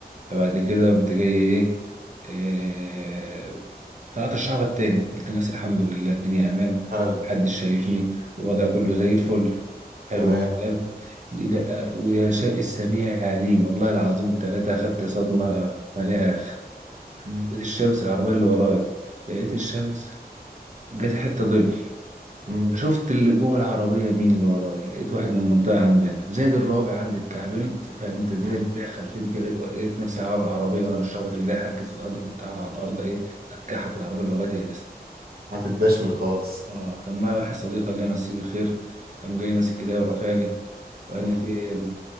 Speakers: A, on the right (about 45°); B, on the right (about 65°).
A: فبعد كده قمت جاي ايه إيه، طلعت الشعبط تاني قلت لنفسي الحمد لله الدنيا امان
B: حلو
A: محدش شايفني الوضع كله زي الفل حلو
B: تمام
A: الكلام لا، ويا شاء السميع العليم والله العظيم ثلاثة أخدت صدمة مليئة آخر
B: امم
A: لقيت الشمس العربية اللي ورايا لقيت الشمس جت حته ظل
B: امم
A: شفت اللي جوه العربيه مين اللي ورايا لقيت واحد من المنطقه عندنا زائد الرابع عندي اتكعبلت فاهم انت ازاي
B: امم
A: رجلي خلفين كده لقيت نفسي هقع من العربيه وانا مش رابط رجلي حكت في الارض كنت هقع على الارض ايه اتكحت العربيه اللي ورايا هي
B: هتدشمل خالص
A: اه كان معايا واحد صديق الله يمسيه بالخير قام جاي ماسك ايديا ورفعني وقال
B: امم
A: لي في ايه يا ابني؟